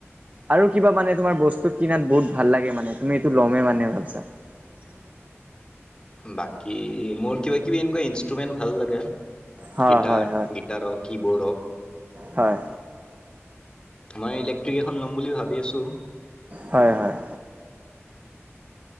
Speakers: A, on the right; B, on the left.
A: আৰু কিবা মানে তোমাৰ বস্তু কিনাত বহুত ভাল লাগে মানে তুমি এইটো ল'মে মানে ভাবছা টেগ
B: বাকী মোৰ কিবা, কিবি এনেকুৱা ইনষ্ট্ৰুমেন্ট ভাল লাগে।
A: হয়
B: গীটাৰ,
A: হয় হয়
B: গীটাৰ হওক কী বোৰ্ড হওক
A: হয়।
B: মই ইলেক্ট্ৰিক এখন ল'ম বুলি ভাবি আছো।
A: হয়, হয়।